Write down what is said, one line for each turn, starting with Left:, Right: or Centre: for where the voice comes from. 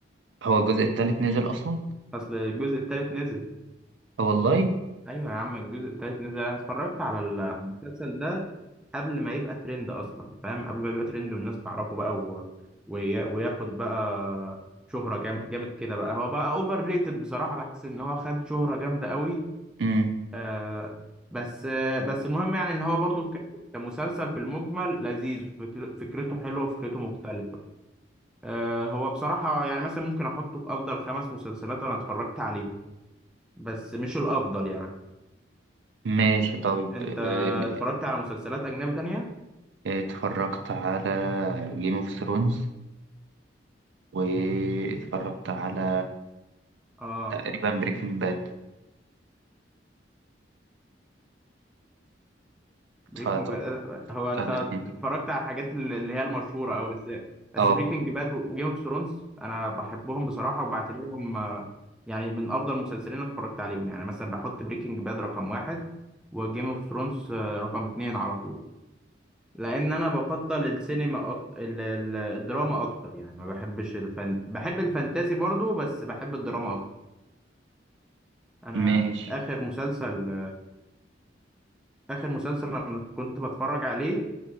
Right: هو الجزء التالت نزل أصلا
Centre: اصل الجزء التالت نزل
Right: أه والله
Centre: ايوه يا عم الجزء التالت نزل انا اتفرجت على ال- على المسلسل ده قبل ما يبقى ترند اصلا فاهم قبل ما يبقى ترند والناس تعرفه بقى و... ويا... وياخد بقى شهرة جام... جامد كده بقى هو بقى اوفر ريتد بصراحة بحس ان هو خد شهرة جامدة قوي
Right: مم.
Centre: آه بس آه بس المهم يعني ان هو برضو ك... كمسلسل في المجمل لذيذ فكر... فكرته حلوة فكرته مختلفة آه، هو بصراحة يعني مثلا ممكن أحطه في أفضل خمس مسلسلات أنا اتفرجت عليهم بس مش الأفضل يعني
Right: ماشي طيب
Centre: أنت
Right: آه،
Centre: اتفرجت على مسلسلات أجنبي تانية؟
Right: آه، اتفرجت على جيم اوف ثرونز واتفرجت على
Centre: آه
Right: تقريبا بريكنج باد
Centre: بريكنج
Right: اتفرجت
Centre: باد هو أنت
Right: على الاتنين دي
Centre: اتفرجت على الحاجات اللي اللي هي المشهورة أوي بس بس
Right: اه
Centre: بريكنج باد وجيم اوف ثرونز أنا بحبهم بصراحة وبعتبرهم آه، يعني من أفضل المسلسلين اللي اتفرجت عليهم يعني مثلا بحط بريكنج باد رقم واحد وجيم اوف ثرونز رقم اتنين على طول لان انا بفضل السينما اكتر ال- ال- الدراما اكتر يعني ما بحبش الفن بحب الفانتازي برضو بس بحب الدراما اكتر انا
Right: ماشي
Centre: اخر مسلسل اخر مسلسل انا كنت بتفرج عليه